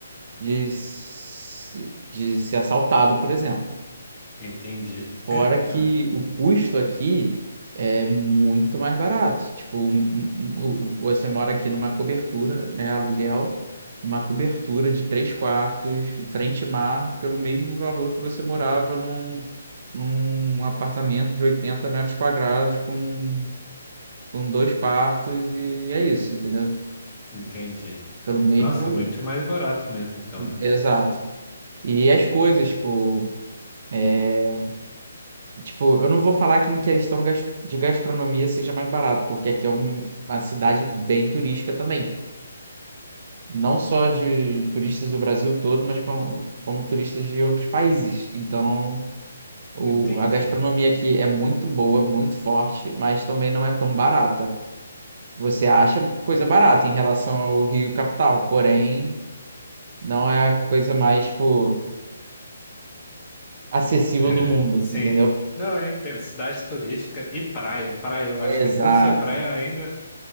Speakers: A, on the right; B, on the left.
A: de, se- de ser assaltado, por exemplo.
B: Entendi.
A: Fora
B: <clears throat>
A: que o custo aqui é muito mais barato. Tipo, um- um- um- você mora aqui numa cobertura, né, aluguel, numa cobertura de três quartos, frente e mar, pelo mesmo valor que você morava num, num apartamento de 80 metros quadrados com, com dois quartos e é isso, entendeu?
B: Entendi.
A: Pelo mesmo
B: Nossa,
A: valor.
B: é muito mais barato mesmo, então, né?
A: Exato. E as coisas, tipo. é, Tipo, eu não vou falar que em questão gas- de gastronomia seja mais barato, porque aqui é um- uma cidade bem turística também. Não só de turistas do Brasil todo, mas com- como turistas de outros países. Então, o-
B: Entendi.
A: a gastronomia aqui é muito boa, muito forte, mas também não é tão barata. Você acha coisa barata em relação ao Rio capital, porém, não é a coisa mais, tipo, acessível
B: É.
A: do mundo,
B: Sim.
A: entendeu?
B: Não, eu entendo. Cidade turística e praia. Praia, eu
A: Exato.
B: acho que por ser praia ainda,